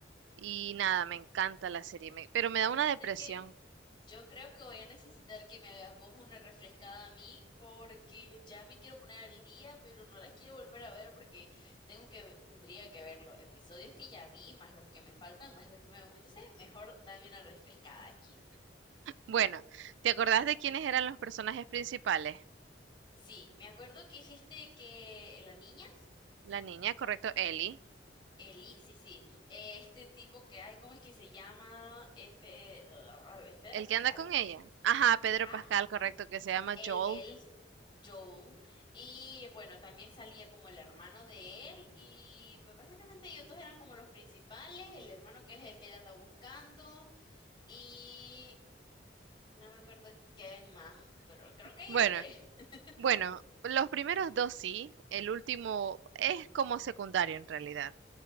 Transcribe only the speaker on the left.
Fíjate
que yo creo que voy a necesitar que me hagas vos una refrescada a mí porque ya me quiero poner al día, pero no las quiero volver a ver porque tengo que, tendría que ver los episodios que ya vi, más los que me faltan, más los nuevos. Entonces, mejor dame una refrescada aquí.
Sí, me acuerdo que es este que la niña,
Eli, sí, sí, eh, este tipo que hay, ¿cómo es que se llama? Este, ah, es Pedro
Pascal.
Ajá,
él,
él, Joel. Y bueno, también salía como el hermano de él. Y pues básicamente ellos dos eran como los principales. El hermano que es el que él anda buscando. Y no me acuerdo quién más, pero creo que
ellos tres. <laughs>